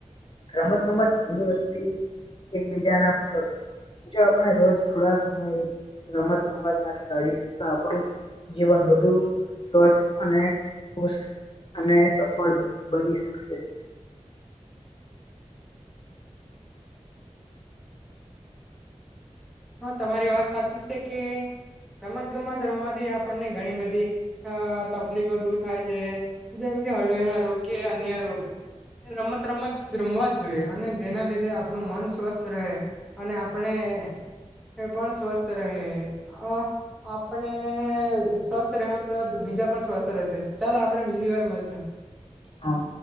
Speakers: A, on the left; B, in the centre.
A: રમત ગમત તંદુરસ્તી એકબીજા ના પૂરક છે. જો આપણે રોજ થોડા સમય રમત ગમત માટે કાઢિશતા આપણું જીવન વધુ સ્વસ્થ અને ખુશ અને સફળ બની શકશે.
B: હા તમારી વાત સાચી છે કે રમત ગમત રમવાથી આપણને ઘણી બધી અ તકલીફો દૂર થાય છે જેમ કે હળડોઈ ના રોગ કે અન્ય રોગ રમત રમત રમવા જોઈએ અને જેના લીધે આપણું મન સ્વસ્થ રહે. અને આપણે એ પણ સ્વસ્થ રહે અ. આપણે સ્વસ્થ રહવુ તો બીજા પણ સ્વસ્થ રહેશે ચાલો આપણે બીજી વાર મલશુ.
A: હા.